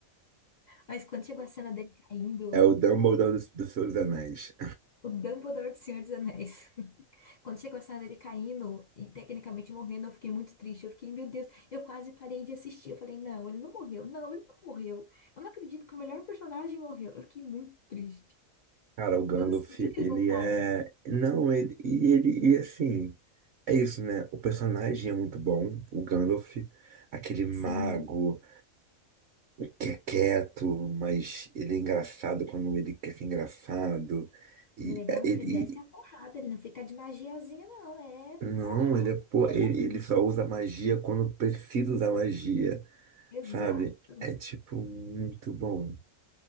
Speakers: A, on the left; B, on the right.
A: Mas quando chegou a cena dele caindo,
B: É o Dumbledore dos, dos Seus Anéis.
A: o Dumbledore do Senhor dos Anéis. <laughs> Quando chegou a cena dele caindo e tecnicamente morrendo, eu fiquei muito triste. Eu fiquei, meu Deus, eu quase parei de assistir. Eu falei, não, ele não morreu, não, ele não morreu. Eu não acredito que o melhor personagem morreu. Eu fiquei muito triste.
B: Cara, o Gandalf,
A: Eu não sabia que
B: ele
A: ele voltava.
B: é. Não, ele. E ele. E assim. É isso, né? O personagem é muito bom. O Gandalf, aquele mago
A: Sim.
B: que é quieto, mas ele é engraçado quando ele quer ser engraçado. E
A: O legal
B: é, ele.
A: é que ele desce
B: e-
A: a porrada, ele não fica de magiazinha, não. É
B: não,
A: porrada.
B: ele é. Pô,
A: É
B: ele,
A: mo-
B: ele só usa magia quando precisa usar magia,
A: Exato.
B: sabe? É tipo muito bom.